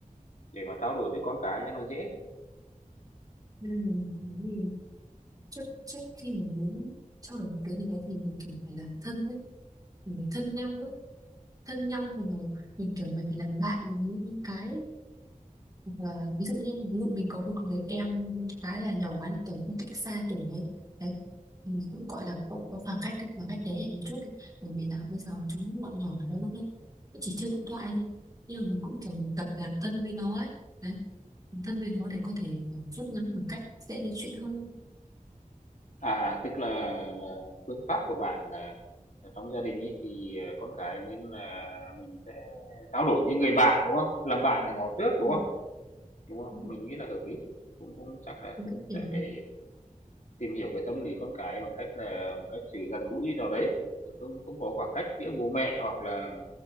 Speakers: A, on the left (about 60°); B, on the right (about 25°).
A: Để mà trao đổi với con cái cho nó dễ.
B: Nên là mình muốn gì trước trước khi mình muốn trao đổi một cái gì đấy thì mình kiểu phải là thân đấy mình phải thân nhau ấy thân nhau rồi là mình kiểu mình phải làm bạn với những cái Và ví dụ như ví dụ mình có một người em khá là nhỏ quá đi tuổi cũng cách xa tuổi ấy đấy thì cũng gọi là có, có khoảng cách đi khoảng cách thế hệ một chút đi bởi vì là bây giờ chúng bọn nhỏ lớn lắm ấy nó chỉ chơi điện thoại đi nhưng mà mình cũng kiểu mình tập làm thân với nó ấy đấy làm thân với nó để có thể kiểu rút ngắn khoảng cách dễ nói chuyện hơn
A: À, tức là là phương pháp của bạn là là trong gia đình ấy thì, ờ, con cái nên là mình sẽ trao đổi với người bạn, đúng không? Làm bạn này nó trước, đúng
B: ừ.
A: không? Đúng không?
B: đúng
A: Mình
B: rồi.
A: nghĩ là hợp lý, cũng cũng chắc là
B: Những
A: cũng
B: cái kiểu
A: sẽ phải tìm hiểu cái tâm lý con cái bằng cách là một cách sự gần gũi nào đấy, ờ, cũng cũng có khoảng cách giữa bố mẹ hoặc là